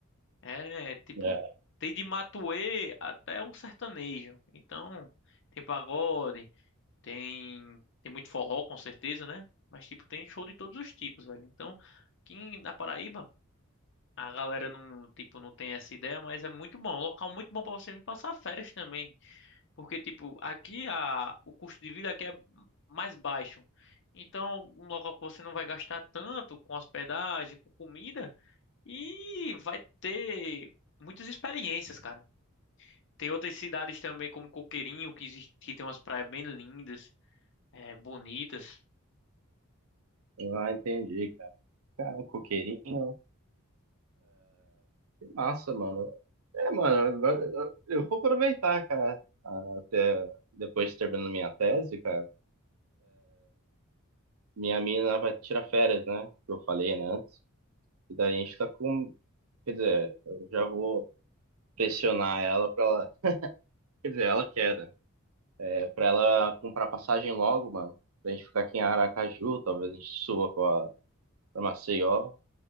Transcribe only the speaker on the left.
É, tipo,
tem de matuê até um sertanejo. Então, tem pagode, tem, tem muito forró, com certeza, né? Mas, tipo, tem show de todos os tipos, velho. Então, aqui na Paraíba, a galera não, tipo, não tem essa ideia, mas é muito bom. É um local muito bom pra você vir passar férias também. Porque, tipo, aqui a, o custo de vida aqui é mais baixo. Então, um local que você não vai gastar tanto com hospedagem, com comida, e vai ter muitas experiências, cara. Tem outras cidades também, como Coqueirinho, que, existe, que tem umas praias bem lindas, é, bonitas.